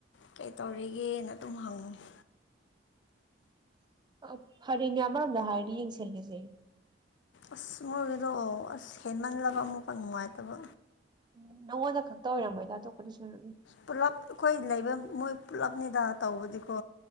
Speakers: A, on the left (about 70°); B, on the right (about 25°).
A: ꯀꯩ ꯇꯧꯔꯤꯒꯦꯅ ꯑꯗꯨꯝ ꯍꯪꯕꯅꯦ
B: <inaudible> ꯐꯔꯦꯅꯦ ꯑꯃꯔꯣꯝꯗ ꯍꯥꯏꯗꯤ ꯌꯦꯡꯁꯤꯜꯂꯤꯁꯦ
A: ꯑꯁ ꯃꯣꯏꯒꯤꯗꯣ ꯑꯣ ꯑꯁ ꯍꯦꯟꯃꯜꯂꯕ ꯑꯃꯨꯛꯈꯛ ꯅꯨꯡꯉꯥꯏꯇꯕ
B: ꯎ ꯅꯉꯣꯟꯗ ꯈꯛꯇ ꯑꯣꯏꯔꯝꯃꯣꯏꯗ ꯑꯇꯣꯞꯄꯗꯁꯨ ꯑꯣꯏꯔꯝꯅꯤ
A: ꯄꯨꯂꯞ ꯑꯩꯈꯣꯏ ꯂꯩꯕ ꯃꯣꯏ ꯄꯨꯜꯂꯞꯅꯤꯗ ꯇꯧꯕꯗꯤꯀꯣ